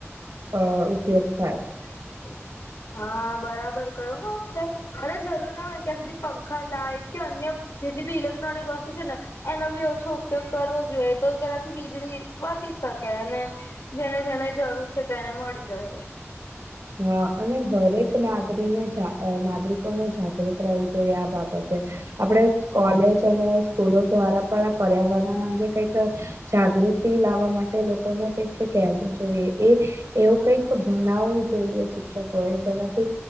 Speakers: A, on the right; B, on the left.
A: અ ઉપયોગ થાય.
B: <inaudible> હા, બરાબર કયું હો તે અને જરૂર ના હોય ત્યાં સુધી પંખા, લાઈટ કે અન્ય, જેટલી બી ઇલેક્ટ્રોનિક વસ્તુ છે ને, એનો બી ઓછો ઉપયોગ કરવો જોઈએ તો તેનાથી વીજળી બચી શકે, અને, જેને જેને જરૂર છે તેને મળી રહે.
A: હ, અને હરેક નાગરીને જા અ નાગરિકોને જા ગ્રુત રેવું જોઈએ આ બાબતે, આપળે કોલેજ અને સ્કૂલો દ્વારા પણ આ પર્યાવરણ અંગે કઈક, જાગૃતિ લાવવા માટે લોકોને કઈક કેવું જોઈએ. એ એવું કઈક ભણાવું જોઈએ શિક્ષકોએ જેનાથી.